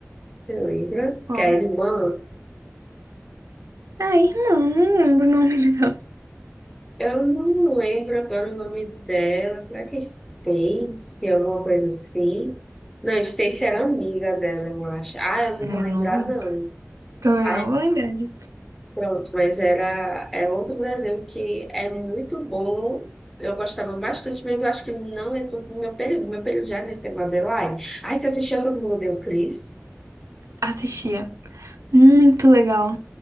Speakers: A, in the centre; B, on the right (about 80°).
A: você lembra?
B: Qual?
A: Que é a irmã
B: Ah, irmã, não lembro o nome <laughs> dela.
A: Eu não lembro agora o nome dela. Será que é Stacy, alguma coisa assim? Não, Stacy era amiga dela, eu acho. Ah, eu não
B: Eu
A: vou
B: não
A: lembrar,
B: lembro.
A: não.
B: Também
A: Ah,
B: não vou lembrar disso.
A: pronto, mas era, é outro desenho que é muito bom. Eu gostava bastante, mas eu acho que não é todo o meu período. Meu período já era de ser Madeline. Ah, você assistia Todo Mundo Deu Cris?
B: Assistia. Muito legal.